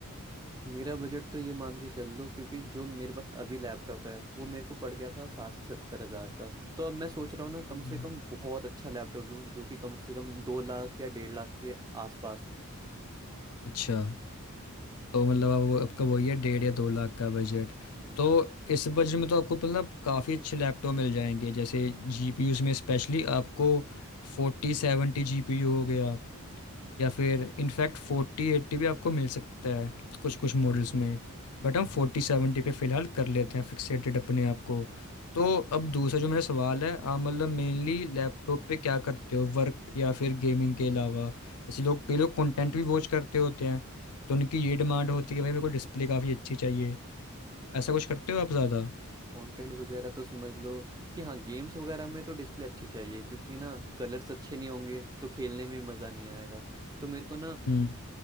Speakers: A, on the right; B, on the left.
A: मेरा बजट तो ये मान के चल लो क्योंकि जो मेरे पास अभी लैपटॉप है वो मेरे को पड़ गया था साठ से सत्तर हज़ार का तो अब मैं सोच रहा हूँ ना कम
B: हम्म।
A: से कम बहुत अच्छा लैपटॉप लूँ जो कि कम से कम दो लाख या डेढ़ लाख के आसपास हो
B: अच्छा
A: हम्म
B: तो मतलब अब वो आपका वही है डेढ़ या दो लाख का बजट
A: हम्म
B: तो इस बजट में तो आपको मतलब काफ़ी अच्छे लैपटॉप मिल जाएंगे जैसे जीपीयू में स्पेशली आपको
A: हम्म,
B: फोर्टी सेवेंटी जीपीयू हो गया
A: हम्म।
B: या फिर इनफैक्ट फोर्टी एट्टी भी आपको मिल सकता है कुछ कुछ मॉडल्स में बट हम फोर्टी सेवेंटी पे फिलहाल कर लेते हैं फिक्सेटेड अपने आप को तो
A: हम्म,
B: अब दूसरा जो मेरा सवाल है आप मतलब मेनली लैपटॉप पे क्या करते हो वर्क या फिर गेमिंग के अलावा जैसे लोग कई लोग कंटेंट भी वॉच करते होते हैं तो उनकी
A: हम्म।
B: ये डिमांड होती है कि भाई मेरे को डिस्प्ले काफ़ी अच्छी चाहिए तो ऐसा कुछ करते हो आप ज़्यादा
A: कंटेंट वगैरह तो समझ लो कि हाँ गेम्स वगैरह में तो डिस्प्ले अच्छी चाहिए क्योंकि ना कलर्स अच्छे नहीं होंगे तो खेलने में मज़ा नहीं आएगा तो मेरे को ना
B: हम्म